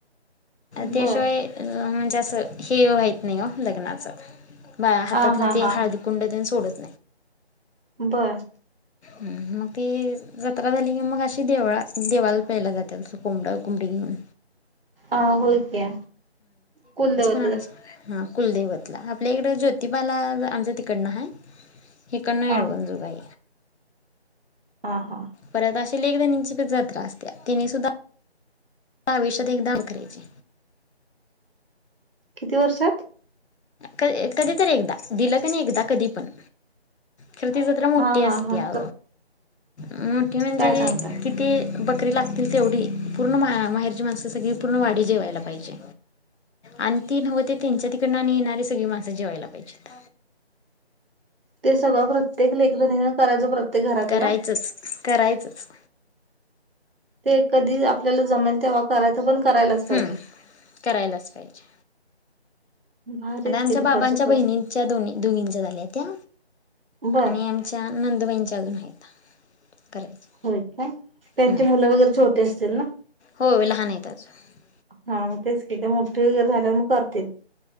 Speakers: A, on the left (about 85°); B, on the right (about 60°).
A: त्या
B: बर
A: शिवाय जास्त हे माहत नाही हो लग्नाचं बा हातातलं
B: हा हा
A: ते
B: हा
A: हळदी कुंड सोडत
B: बरं
A: मग ती जत्रा झाली की मग अशी देवाळा देवाला द्या यला जाते तस कोंबड कोंबडी घेऊन
B: अ होके कुलदव
A: हा दैवतला आपल्या इकडे जोतिबाला आमच्या तिकडन आहे हे कर एळवण
B: हा
A: जोगाई
B: हा हा
A: परत अशी लेक धणीची जत्रा असते तिने सुद्धा मला आयुष्यात एकदा वा करायचे
B: किती वर्षात
A: क कधी तररी एकदा दिलं क नाही एकदा कधी पण खरं ती जत्र मोठी
B: हा हा
A: असते
B: हा
A: अ मोठी म्हणजे
B: काय सांगता
A: किती री लागतील तेवढी पूर्ण माहेरची माणसं सगळी पूर्ण वाडी जेवायला पाहिजे आणि ती नव ते त्यांच्या तिकड सगळी माणसं जेवायला पाहिजेत
B: ते सगळं प्रत्येक लेकीन करायचं प्रत्येक घरातल्या
A: करायचच करायचंच
B: ते कधी आपल्याला जमेल तेव्हा करायचं पण करायलाच पाहिजे
A: हम् करायलाच पाहिजे
B: भारीत
A: आता आमच्या
B: कि तिकडचं
A: बाबांच्या
B: प्रथा.
A: बहिणींच्या दोघींच्या झाल्या त्या
B: बर
A: आणि आमच्या नंदुबाईंच्या अजून आहेत करायचे.
B: होय का त्यांचे
A: हम्म.
B: मुलं वगैरे छोटे असतील ना
A: हो लहान आहेत अजून
B: हा म तेच तिथ मोठे वगैरे झाल्या म करतील